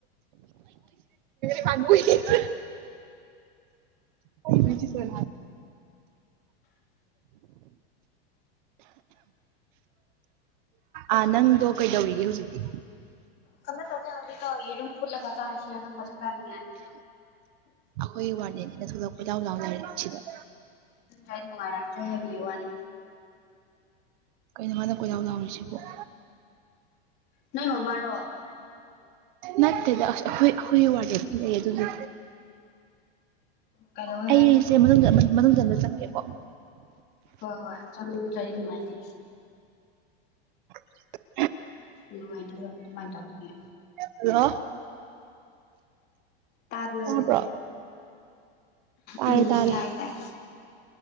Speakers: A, on the right; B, on the left.
A: ꯄ <unintelligible> ꯄꯨꯁꯤꯁꯣꯏ ꯑ ꯅꯪꯗꯣ ꯀꯩꯗꯧꯔꯤꯒꯦ ꯍꯧꯖꯤꯛꯇꯤ
B: ꯀꯃꯥꯏ ꯌꯦꯔꯨꯝ ꯐꯨꯠꯂꯒ ꯆꯥꯔꯁꯤꯔ ꯈꯟꯕ ꯆꯥꯛ ꯆꯥꯅꯤꯡꯉ‌ꯦ
A: ꯑꯩꯈꯣꯏꯒꯤ ꯋꯥꯔꯗꯦꯟꯁꯤꯅ ꯊꯣꯔꯛꯂꯒ ꯀꯣꯏꯂꯥꯑꯣ ꯂꯥꯎ ꯂꯩꯔꯦ ꯁꯤꯗ
B: ꯥꯏ ꯅꯨꯡꯉꯥꯏꯔꯛꯇ꯭ꯔꯦ ꯍꯥꯏꯕꯤꯌꯣꯅꯤ
A: ꯀꯩꯅꯣ ꯍꯥꯏꯥꯟꯗ ꯀꯣꯏꯔꯥꯎ ꯂꯥꯎꯔꯤꯁꯤꯕꯣ
B: ꯅꯣꯏ ꯃꯃꯥꯣ
A: ꯅꯠꯇꯦꯗ ꯑꯩꯈꯣꯏ ꯑꯩꯈꯣꯏꯒꯤ ꯋꯥꯔꯗ ꯑꯗꯨꯝ ꯂꯩ ꯑꯗꯨꯗꯤ
B: ꯍꯂꯣ
A: ꯑꯩꯖ‌ꯦ ꯃꯅꯨꯡꯗ <inaudible> ꯃꯅꯨꯡꯗ ꯑꯝꯗ ꯆꯪꯒꯦꯀꯣ
B: ꯍꯣꯏ ꯍꯣꯏ ꯆꯉ ꯆꯔꯤ ꯅꯨꯡꯉꯥꯏꯇꯦ
A: <unintelligible>
B: ꯗꯤ ꯑꯗꯨ ꯃꯥꯏ ꯇꯧꯕꯅꯦ
A: ꯍꯜꯂꯣ
B: ꯇꯕꯣ
A: ꯇꯥꯕ꯭ꯔꯣ ꯇꯥꯔꯦ
B: ꯎꯝ
A: ꯇꯥꯔꯦ
B: ꯥꯏ ꯥꯏ